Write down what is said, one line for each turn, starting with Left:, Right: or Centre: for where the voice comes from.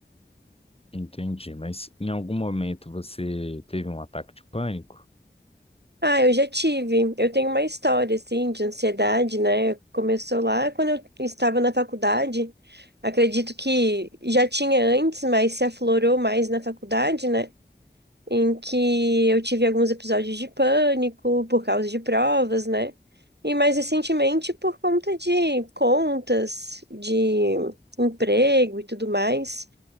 Left: Entendi, mas em algum momento você teve um ataque de pânico?
Right: Ah, eu já tive. Eu tenho uma história, assim, de ansiedade, né? Começou lá quando eu estava na faculdade. Acredito que já tinha antes, mas se aflorou mais na faculdade, né? Em que eu tive alguns episódios de pânico por causa de provas, né? E mais recentemente por conta de contas, de emprego e tudo mais.